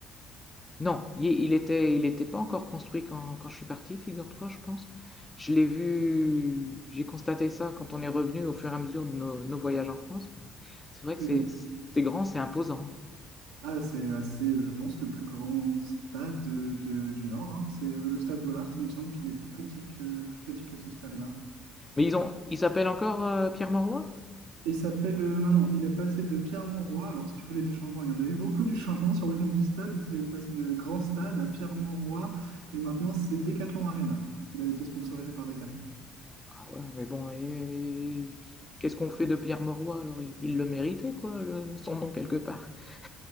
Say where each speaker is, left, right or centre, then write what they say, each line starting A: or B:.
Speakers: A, on the left; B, on the right.
A: non, il, il était, il était pas encore construit quand, quand je suis parti, figure-toi, je pense. Je l'ai vu, j'ai constaté ça quand on est revenu au fur et à mesure de nos, nos voyages en France. Mais c'est vrai que c'est,
B: Et donc,
A: c'est grand, c'est imposant.
B: ah, c'est, ouais, c'est, je pense, le plus grand stade euh, de- du Nord. hein. C'est euh, le stade Bollard, il me semble qu'il est plus petit que, plus petit que ce stade-là.
A: hein. Mais ils ont, ils s'appellent encore euh, Pierre Mauroy?
B: Et il s'appelle euh, maintenant, il a passé de Pierre-Mauroy. Alors, si tu voulais du changement, il y en a eu beaucoup du changement sur le nom du stade. Il est passé de Grand Stade à Pierre-Mauroy. Et maintenant, c'est Decathlon Arena. Il a été sponsorisé par Decathlon.
A: Ah ouais, mais bon, et, et- qu'est-ce qu'on fait de Pierre Mauroy alors? Il, il le méritait, quoi, le- son nom quelque part. <laughs>